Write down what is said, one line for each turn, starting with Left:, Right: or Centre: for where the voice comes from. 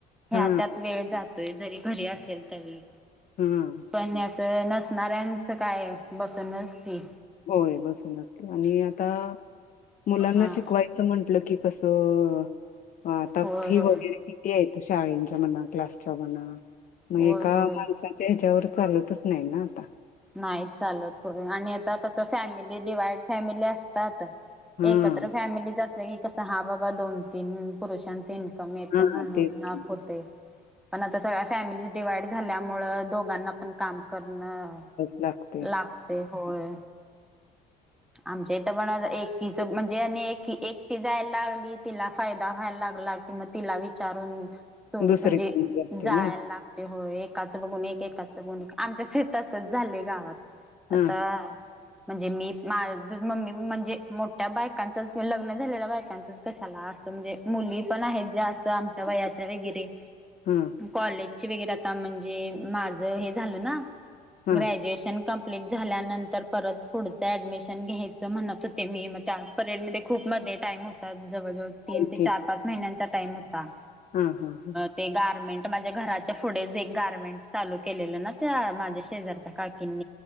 Centre: ह्या
Left: हा
Centre: त्यात वेळ जातोय जरी घरी असेल तरी
Left: हम्म
Centre: पणण्यासं नसणाऱ्यांचं काय बसूनच की
Left: होय बसूनच आणि आता मुलांना
Centre: हा
Left: शिकवायच म्हंटलं की कसंताप
Centre: होय
Left: ही
Centre: होय
Left: वगैरे य शाळेंच्या म्हणा क्लासच्या म्हणा मग
Centre: होय
Left: एका
Centre: होय
Left: माणसा ्याच्यावर चालतच नाही ना आता
Centre: नाही चाल थोड आणि आता कसं फॅमिली डिवाइड फॅमिली असतात
Left: हा
Centre: एकत्र फॅमिलीच असल्या की कस हा बाबा दोन तीन पुरुषांचे का म यट
Left: हा
Centre: म्हणून
Left: तेच
Centre: नाफ
Left: की
Centre: होते पण आता सगळ्या फॅमिलीज डिवाइड झाल्यामुं दोघांना पण काम करणं
Left: लाख
Centre: लागते होय आमच्या इथ पण एकीच म्हणजे आणि एकी एकटी जायला लागली तिला फायदा व्हायला लागला किंमतीला विचारून तो
Left: दुसरीकडे
Centre: म्हणजे
Left: जाते
Centre: जायला
Left: ना
Centre: लागते होय एकाचं बघून एकेकाचं बघून आमच्या ते तसच झालंय गावात
Left: हा
Centre: आता म्हणजे मी मा मम्मी म्हणजे मोठ्या बायकांचंच किं लग्न झालेल्या बायकांचंच कशाला असं म्हणजे मुली पण आहेत जा असं आमच्या वयाच्या वगैरे
Left: हम
Centre: कॉज वर आ म्हणजे माझ हे झा ना
Left: हा
Centre: गुश कंप्लीट झाल्यानंतर परत पुढ ऍडमिशन घ्यायचं म्हणत होते मी मग त्या परेड मध्ये खूप मध्ये टाइम हो त्या जवळ जवळ तीन
Left: ओके
Centre: ते चार पाच महिन्यांचा टाइम होता
Left: हा हा ह
Centre: ते गारमेंट माझ्या घराच्या पुढेच एक गारमेंट चालू केलेलं ना त्या माझ्या शेजारच्या किन